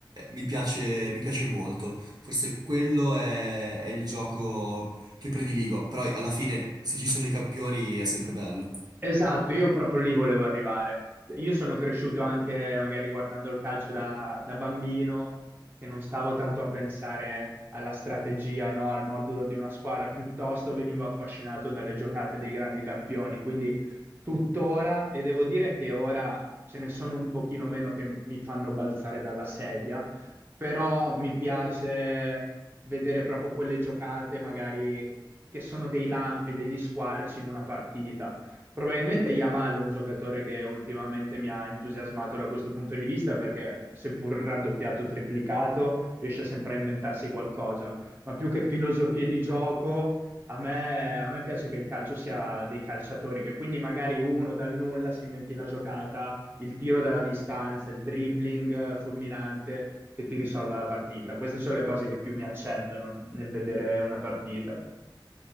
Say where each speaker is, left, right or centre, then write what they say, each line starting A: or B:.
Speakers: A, on the right; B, on the right.
A: mi piace, mi piace molto. Forse quello è, è il gioco che prediligo, però alla fine se ci sono i campioni è sempre bello.
B: Esatto, io proprio lì volevo arrivare. Io sono cresciuto anche magari guardando il calcio da, da bambino, che non stavo tanto a pensare alla strategia, no? Al modulo di una squadra, piuttosto venivo affascinato dalle giocate dei grandi campioni. Quindi tuttora, e devo dire che ora ce ne sono un pochino meno che mi fanno balzare dalla sedia, però mi piace vedere proprio quelle giocate magari che sono dei lampi, degli squarci in una partita. Probabilmente Yamal è un giocatore che ultimamente mi ha entusiasmato da questo punto di vista perché seppur raddoppiato, o triplicato, riesce sempre a inventarsi qualcosa. Ma più che filosofie di gioco, a me, a me piace che il calcio sia dei calciatori, che quindi magari uno dal nulla si inventi la giocata, il tiro dalla distanza, il dribbling eh, fulminante che ti risolva la partita. Queste sono le cose che più mi accendono nel vedere una partita.